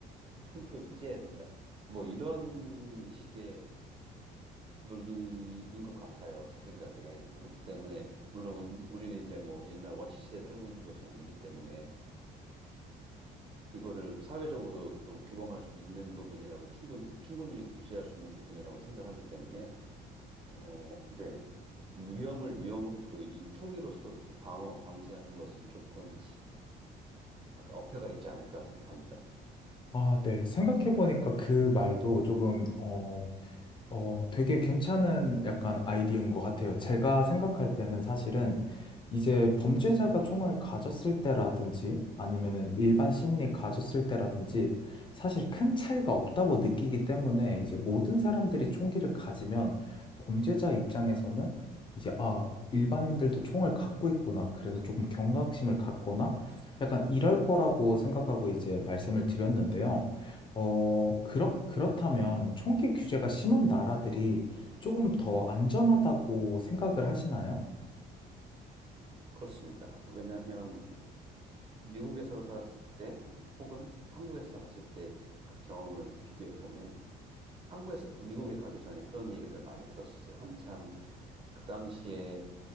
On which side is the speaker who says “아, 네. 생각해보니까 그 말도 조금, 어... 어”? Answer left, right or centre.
Left